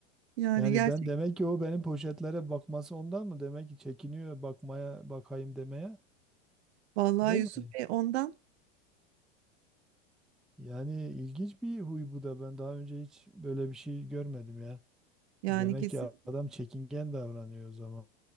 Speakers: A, on the right; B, in the centre.
A: Yani
B: Yani
A: gerçek.
B: ben demek ki o benim poşetlere bakması ondan mı? Demek ki çekiniyor bakmaya bakayım demeye.
A: Vallahi
B: Değil
A: Yusuf
B: mi?
A: Bey ondan
B: Yani ilginç bir huy bu da. Ben daha önce hiç böyle bir şey görmedim ya.
A: yani
B: Demek
A: kesin.
B: ki adam çekingen davranıyor o zaman.